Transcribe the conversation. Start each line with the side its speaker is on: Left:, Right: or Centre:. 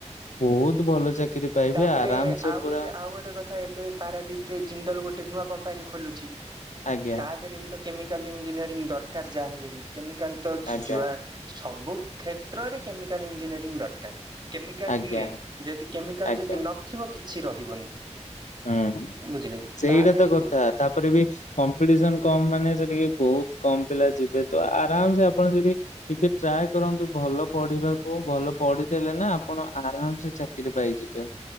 Left: ବହୁତ ଭଲ। ରି ପାଇବେ
Right: ତାପରେ
Left: ଆରାମ ସେ
Right: ଆଉ ଗୋଟେ
Left: ପୁରା
Right: ଆଉ ଗୋଟେ କଥା ଏବେ ପାରାଦୀପରେ ଜିନ୍ଦଲ ଗୋଟେ ନୂଆ କମ୍ପାନୀ ଖୋଲୁଛି
Left: ଆଜ୍ଞା
Right: ତା ଦେହରେ ବି କେମିକାଲ ଇଞ୍ଜିନିୟରିଂ ଦରକାର ଯାହାହେଲେ ବି କେମିକାଲ ତ
Left: ଆଜ୍ଞା
Right: ଯୁଆ ସବୁ କ୍ଷେତ୍ରରେ କେମିକାଲ ଇଞ୍ଜିନିୟରିଂ ଦରକାର କେମିକାଲ
Left: ଆଜ୍ଞା
Right: ହିମେନ୍ ଯଦି କେମିକାଲ
Left: ଆଜ୍ଞା
Right: ଯଦି ଥିବ କିଛି ରହିବନି।
Left: ହଁ
Right: ବୁଝିଲେ କି
Left: ସେଇଟା
Right: ତା ଦେହରେ
Left: ତ କଥା
Right: ବି
Left: ତାପରେ ବି କମ୍ପିଡିସନ କମ ମାନେ ସେଠିକି ବହୁତ କମ ପିଲା ଯିବେ ତ ଆରାମ ସେ ଆପଣ ଯଦି ଟିକେ ଟ୍ରାଏ କରନ୍ତୁ ଭଲ ପଢିବାକୁ ଭଲ ପଢିଦେଲେ ନା ଆପଣ ଆରାମ ସେ ଚାକିରି ପାଇଯିବେ।